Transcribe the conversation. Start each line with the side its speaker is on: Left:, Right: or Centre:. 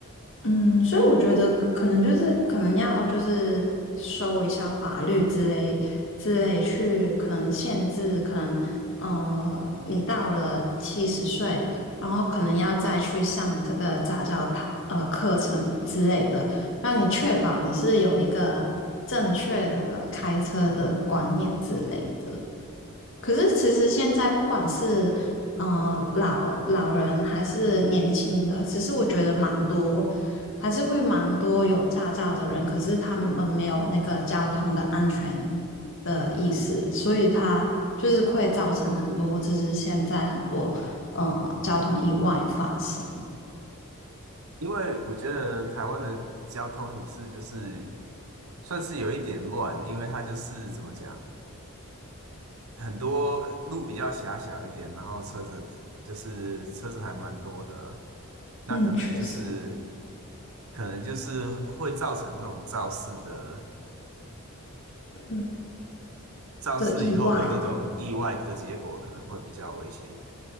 Left: 嗯，所以我觉得可能就是可能要就是收一下法律之类之类去，可能限制，可能呃，你到了七十岁，然后可能要再去上这个驾照它呃课程之类的，让你确保你是有一个正确的开车的观念之类的。可是其实现在不管是呃老老人还是年轻的，其实我觉得蛮多，还是会蛮多有驾照的人，可是他们没有那个交通的安全的意识，所以他就是会造成很多，就是现在很多呃交通意外发生。
Right: 因为我觉得台湾的交通也是就是算是有一点乱，因为它就是怎么讲。很多路比较狭小一点，然后车子就是车子还蛮多的，那可能就是
Left: 嗯，确实，
Right: 可能就是会造成这种肇事的
Left: 嗯
Right: 肇事以后的那种意外的结果可能会比较危险一点。
Left: 的意外